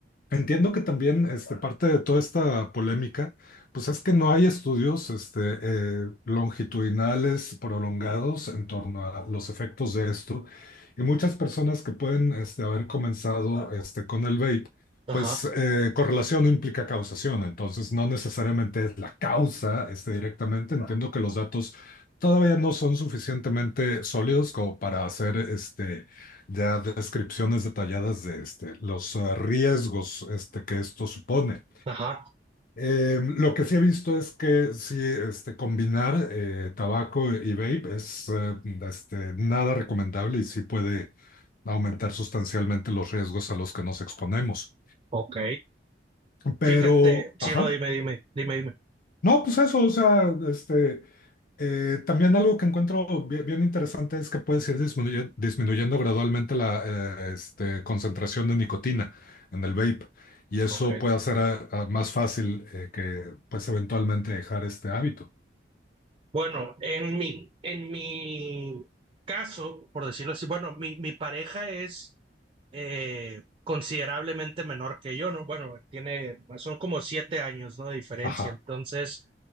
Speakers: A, on the left; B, on the right.
A: entiendo que también este, parte de toda esta polémica, pues es que no hay estudios este, eh, longitudinales prolongados en torno a los efectos de esto. Y muchas personas que pueden este, haber comenzado este, con el vape,
B: Ajá,
A: pues eh, correlación no implica causación, entonces no necesariamente es la causa este, directamente. Entiendo que los datos todavía no son suficientemente sólidos como para hacer este ya descripciones detalladas de este, los eh, riesgos este, que esto supone.
B: ajá.
A: Eh, lo que sí he visto es que sí, este, combinar eh, tabaco y vape es eh, este, nada recomendable y sí puede aumentar sustancialmente los riesgos a los que nos exponemos.
B: Ok.
A: Pero,
B: Fíjate, sí,
A: ajá,
B: no, dime, dime, dime, dime.
A: no, pues eso, o sea, este, Eh, también algo que encuentro bi- bien, interesante es que puedes ir disminuye- disminuyendo gradualmente la eh, este, concentración de nicotina en el vape y eso
B: Ok.
A: puede hacer ah, ah, más fácil eh, que pues eventualmente dejar este hábito.
B: Bueno, en mi, en mi caso, por decirlo así, bueno, mi, mi pareja es eh, considerablemente menor que yo, ¿no? Bueno, tiene, son como siete años, ¿no? De diferencia.
A: Ajá,
B: Entonces,